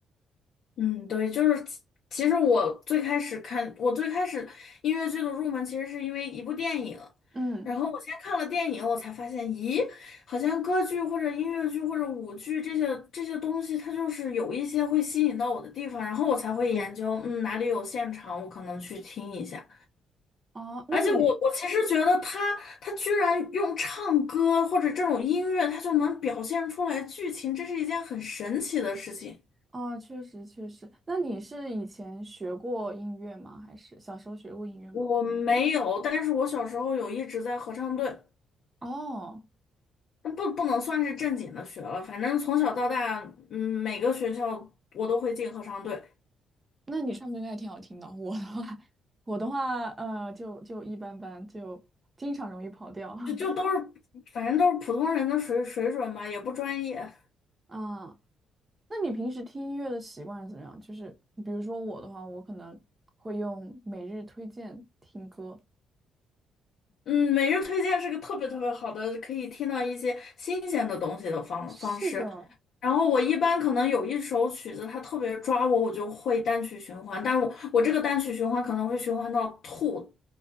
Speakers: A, on the left; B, on the right.
A: 嗯，对，就是其其实我最开始看，我最开始音乐剧的入门其实是因为一部电影，
B: 嗯。
A: 然后我先看了电影，我才发现，咦，好像歌剧或者音乐剧或者舞剧这些这些东西，它就是有一些会吸引到我的地方，然后我才会研究，嗯，哪里有现场，我可能去听一下。
B: 哦，那你
A: 而且我我其实觉得他他居然用唱歌或者这种音乐，他就能表现出来剧情，这是一件很神奇的事情。
B: 哦，确实确实，那你是以前学过音乐吗？还是小时候学过音乐吗？
A: 我没有，但是我小时候有一直在合唱队，
B: 哦，
A: 那不不能算是正经的学了，反正从小到大，嗯，每个学校我都会进合唱队，
B: 那你唱歌应该还挺好听的。我的话，<laughs> 我的话，呃，就就一般般，就经常容易跑调。<laughs>
A: 就就都是，反正都是普通人的水水准吧，也不专业。
B: 啊，那你平时听音乐的习惯是怎么样？就是比如说我的话，我可能会用每日推荐听歌。
A: 嗯，每日推荐是个特别特别好的，可以听到一些新鲜的东西的方方式。
B: 是的，
A: 然后我一般可能有一首曲子，它特别抓我，我就会单曲循环。但是我我这个单曲循环可能会循环到吐，